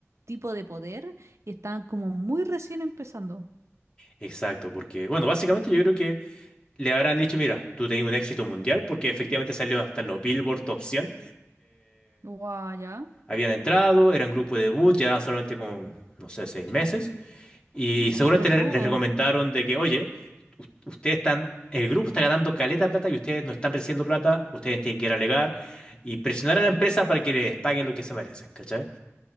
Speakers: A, on the right; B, on the left.
A: tipo de poder y estaban como muy recién empezando.
B: Exacto, porque, bueno, básicamente yo creo que le habrán dicho, mira, tú tenés un éxito mundial porque efectivamente salió hasta en los Billboard Top 100.
A: Guau, ya.
B: Habían entrado, era un grupo de debut, ya solamente como, no sé, seis meses. Y seguramente
A: Súper
B: le-
A: poco.
B: les recomendaron de que, oye, us- ustedes están, el grupo está ganando caleta de plata y ustedes no están recibiendo plata, ustedes tienen que ir a alegar y presionar a la empresa para que les paguen lo que se merecen, ¿cachai?